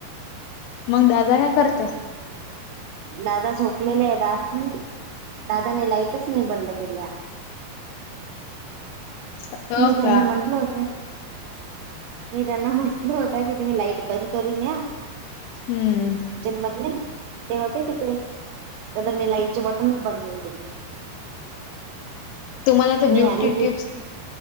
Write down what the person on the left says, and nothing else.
मग दादा, काय करताय?
<inaudible> हो
का
हम्म
तुम्हाला तर
ब्युटी
टिप्स